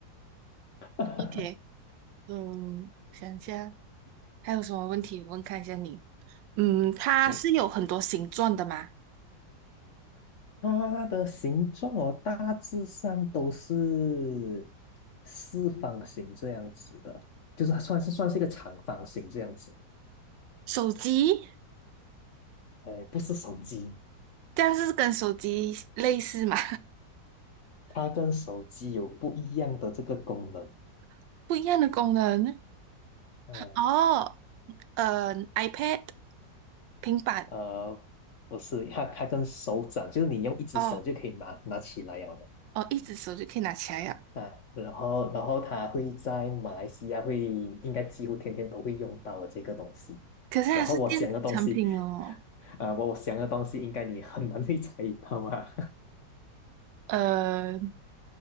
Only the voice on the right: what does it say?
OK，嗯，想一下还有什么问题？我问看一下你。嗯，它是有很多形状的吗？
手机，
但是跟手机类似嘛？
<laughs> 不一样的功能。
哦呃，iPad、平板，
哦哦，一只手就可以拿起来呀。
可是它是电子产品哦。
呃，